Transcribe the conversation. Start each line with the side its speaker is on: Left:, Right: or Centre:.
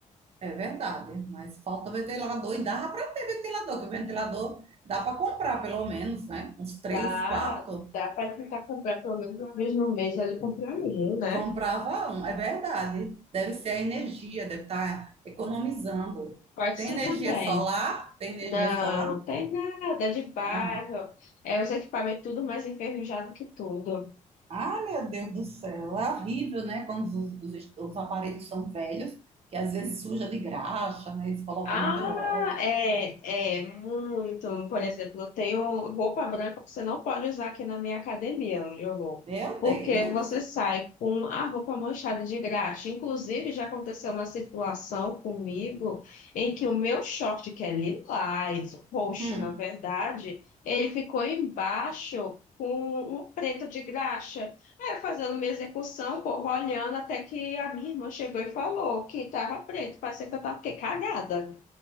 Right: É verdade, mas falta ventilador e dava para ter ventilador, que o ventilador dá para comprar pelo menos, né? Uns três,
Left: Dá,
Right: quatro.
Left: dá para tentar comprar pelo menos uma vez no mês ali comprar um, né?
Right: Comprava um, é verdade. Deve ser a energia, deve estar economizando.
Left: Pode
Right: Tem
Left: ser
Right: energia
Left: também.
Right: solar? Tem energia
Left: Não,
Right: solar?
Left: tem nada é de bairro.
Right: Ah,
Left: É os equipamentos tudo mais enferrujado que tudo.
Right: ah, meu Deus do céu, é horrível, né? Quando os, os- os aparelhos são velhos, que às vezes suja de graxa, né? Eles colocam
Left: Ah,
Right: muito óleo.
Left: é, é, muito. Por exemplo, eu tenho roupa branca que você não pode usar aqui na minha academia, onde eu vou.
Right: Meu
Left: Porque
Right: Deus.
Left: você sai com a roupa manchada de graxa. Inclusive, já aconteceu uma situação comigo em que o meu short, que é lilás, roxo,
Right: Hum.
Left: na verdade, ele ficou embaixo com um preto de graxa. Aí, eu fazendo minha execução, o povo olhando, até que a minha irmã chegou e falou que estava preto. Parecia que eu estava cagada.